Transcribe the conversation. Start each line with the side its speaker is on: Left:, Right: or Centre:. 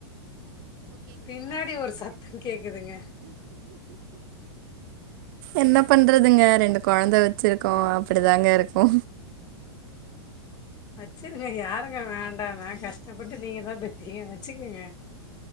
Left: பின்னாடி ஒரு சத்தொ கேக்குதுங்க
Right: என்ன பண்றதுங்க ரெண்டு கொழந்த வச்சுருக்கோ அப்புடிதாங்க இருக்கு
Left: வச்சுருங்க யாருங்க வேண்டான்னா கஷ்டப்பட்டு நீங்க தா பெத்தீங்க வச்சுகுங்க